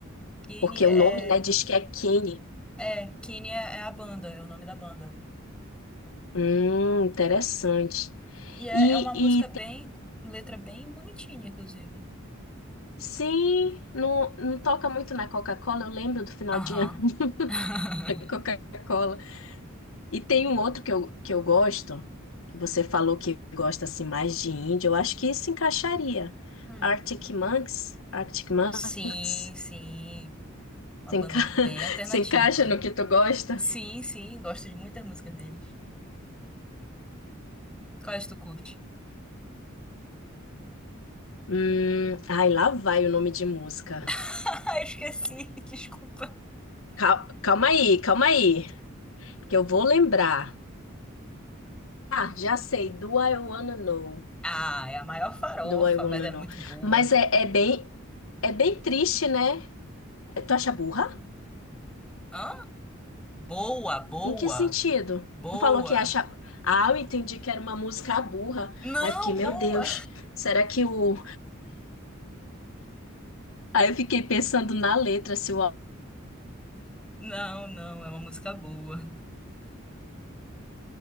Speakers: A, in the centre; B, on the left.
A: Kine
B: Porque
A: é.
B: o nome, né, diz que é Kenny.
A: É, Kine é é a banda, é o nome da banda.
B: Hum, interessante.
A: E é,
B: E,
A: é uma música bem.
B: e
A: Letra bem bonitinha, inclusive.
B: sim, não, não toca muito na Coca-Cola, eu lembro do final
A: Aham.
B: de ano
A: <laughs>
B: <laughs> da Coca-Cola. E tem um outro que eu, que eu gosto, que você falou que gosta assim mais de indie, eu acho que se encaixaria.
A: Hum.
B: Arctic Monkeys, Arctic Monkeys,
A: Sim, sim. Uma
B: se
A: banda
B: enca-
A: bem
B: <laughs>
A: alternativa.
B: se encaixa no que tu gosta?
A: Sim, sim, gosto de muitas músicas deles. Quais tu curte?
B: Hum, ai, lá vai o nome de música.
A: <laughs> Ah, esqueci, desculpa.
B: Cal- Calma, aí, calma aí, que eu vou lembrar. Ah, já sei. Do I Wanna Know.
A: Ah, é a maior farofa,
B: Do I Wanna
A: mas é muito
B: Know.
A: boa.
B: Mas é, é bem, é bem triste, né? Tu acha burra?
A: Hã? Boa, boa,
B: Em que sentido?
A: boa.
B: Tu falou que acha. Ah, eu entendi que era uma música burra.
A: Não,
B: Aí eu fiquei, meu
A: boa.
B: Deus, será que o. Aí eu fiquei pensando na letra, se o.
A: Não, não, é uma música boa.